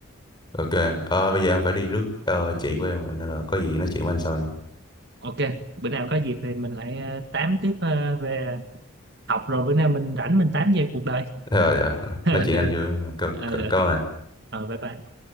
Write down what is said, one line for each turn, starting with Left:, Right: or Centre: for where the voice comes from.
Left: ok anh Ờ, bây giờ em phải đi rước ờ, chị của em rồi nên là có gì nói chuyện với anh sau nha
Right: ok bữa nào có dịp thì mình lại ờ, tám tiếp ờ, về học rồi bữa nào mình rảnh mình tám về cuộc đời
Left: rồi dạ.
Right: <laughs>
Left: nói chuyện anh vui cảm
Right: Ờ,
Left: cảm-
Right: ờ,
Left: cảm ơn anh
Right: ờ, bye bye